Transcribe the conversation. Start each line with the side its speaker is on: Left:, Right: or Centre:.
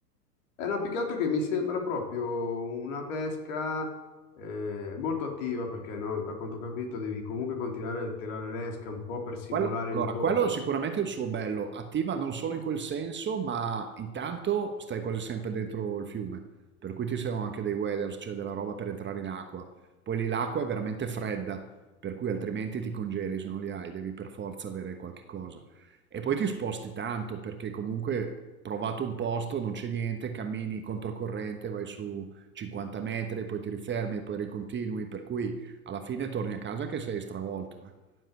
Left: Eh no, più che altro che mi sembra proprio una pesca eh, molto attiva perché no, da quanto ho capito devi comunque continuare a tirare l'esca un po' per simulare
Right: Quello- allora,
Left: il boh.
Right: quello è sicuramente il suo bello, attiva non solo in quel senso, ma intanto stai quasi sempre dentro il fiume, per cui ci sono anche dei waders, cioè della roba per entrare in acqua. Poi lì l'acqua è veramente fredda, per cui altrimenti ti congeli se non li hai, devi per forza avere qualche cosa. E poi ti sposti tanto, perché comunque provato un posto, non c'è niente, cammini controcorrente, vai su 50 metri, poi ti rifermi, poi ricontinui, per cui alla fine torni a casa che sei stravolto, eh.